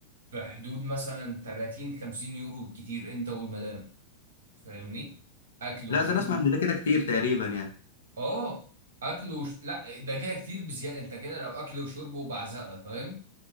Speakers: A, on the right; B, on the left.
A: في حدود مثلا 30 50 يورو بالكتير انت والمدام فاهمني اكل وشرب
B: لا ده انا اسمع ان ده كده كتير تقريبا يعني
A: اه اكل وش... لا ده كده كتير بزيادة انت كده لو اكل وشرب وبعزقة فاهم